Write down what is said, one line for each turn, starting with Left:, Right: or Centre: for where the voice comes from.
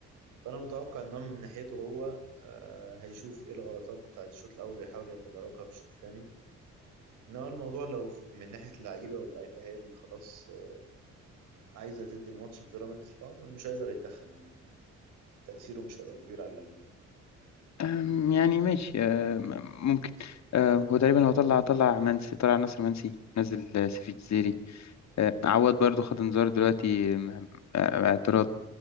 Right: فأنا متوقع إن هو من ناحيته هو آه، هيشوف إيه الغلطات بتاعة الشوط الأول ويحاول يتداركها في الشوط الثاني إنما الموضوع لو ف- من ناحية اللعيبة واللعيبة هي اللي خلاص آه، عايزة تدي الماتش لبيراميدز فمش هيقدر يتدخل يعني تأثيره مش هيبقى كبير على اللعيبة يعني
Left: أم، يعني ماشي أم، ممكن أم، هو تقريبا هو طلع طلع منسي طلع نصر منسي نزل آه، سيف الجزيري أم، عواد برضو خد انذار دلوقتي أم، آه، اعتراض